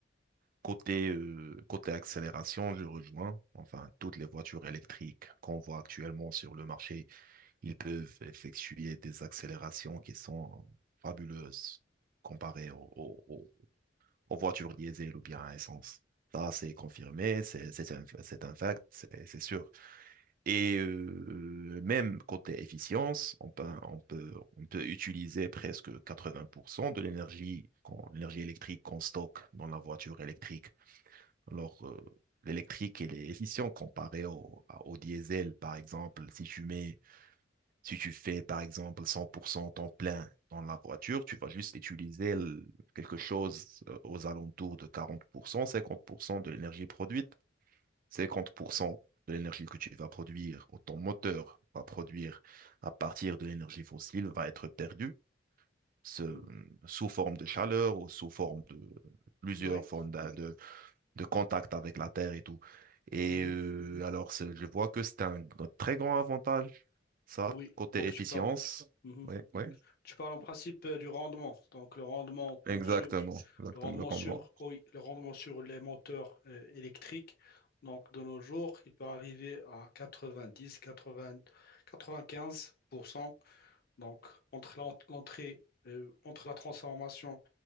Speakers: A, on the right (about 50°); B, on the left (about 55°).
A: côté, euh, côté accélération, je rejoins. Enfin, toutes les voitures électriques qu'on voit actuellement sur le marché, ils peuvent effectuer des accélérations qui sont fabuleuses comparées aux, aux- aux- aux voitures diesel ou bien à essence. Ça, c'est confirmé, c'est c'est un, c'est un fact, c'est c'est sûr. Et euh, même côté efficience, on peut, on peut, on peut utiliser presque 80% de l'énergie, qu'on- l'énergie électrique qu'on stocke dans la voiture électrique. Alors, euh, l'électrique, elle est efficiente comparée au, à- au diesel, par exemple. Si tu mets, si tu fais, par exemple, 100% temps plein dans la voiture, tu vas juste utiliser l- quelque chose euh, aux alentours de 40%, 50% de l'énergie produite. 50% de l'énergie que tu vas produire, ou ton moteur va produire à partir de l'énergie fossile, va être perdue ce-
B: Mhm.
A: sous forme de chaleur ou sous forme de plusieurs
B: Oui.
A: formes de, de, de contact avec la Terre et tout. Et
B: Mhm.
A: euh, alors, c'est- je vois que c'est un gr- très grand avantage, ça,
B: Oui,
A: côté
B: donc
A: efficience.
B: tu parles. Mhm.
A: Oui, oui,
B: Tu parles en principe euh, du rendement. Donc, le rendement
A: exactement,
B: sur,
A: exactement,
B: le rendement
A: le rendement.
B: sur, oh oui, le rendement sur les moteurs euh, électriques. Donc, de nos jours, il peut arriver à 90, 80, 95%. Donc, entre l'ent- l'entrée, euh, entre la transformation